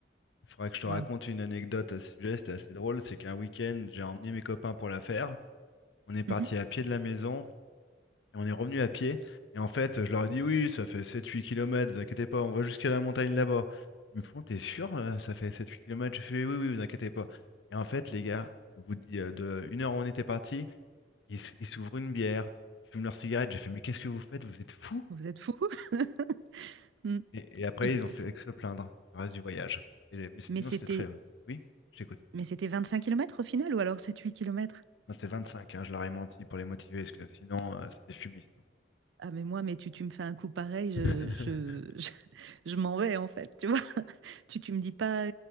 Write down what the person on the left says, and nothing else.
Il faudra que je te raconte
une anecdote à ce sujet, c'était assez drôle. C'est qu'un week-end, j'ai emmené mes copains pour la faire. On est parti
à pied de la maison et on est revenu à pied. Et en fait, je leur ai dit oui, ça fait sept-huit kilomètres, vous inquiétez pas, on va jusqu'à la montagne là-bas. Ils me font, t'es sûr, euh, ça fait sept-huit kilomètres Je fais oui, oui, vous inquiétez pas. Et en fait, les gars, au bout de, euh, de une heure où on était parti, ils s- ils s'ouvrent une bière, ils fument leur cigarette. J'ai fait, mais qu'est-ce que vous faites? Vous êtes fous?
Et, et après,
ils
ont fait
que se plaindre le reste du voyage. Et- mais
sinon,
c'était très. euh, Oui, j'écoute.
Non, c'était 25, hein, je leur ai menti pour les motiver, parce que sinon, euh, c'était fumiste.
<laughs>